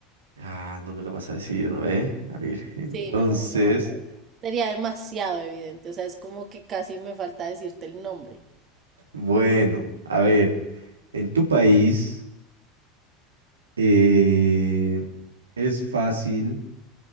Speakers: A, on the right (about 85°); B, on the right (about 40°).
A: Ah, no me lo vas a decir, ¿no? Eh, A ver, entonces...
B: Sí, no, no, sería demasiado evidente, o sea, es como que casi me falta decirte el nombre.
A: Bueno, a ver, en tu país eh, es fácil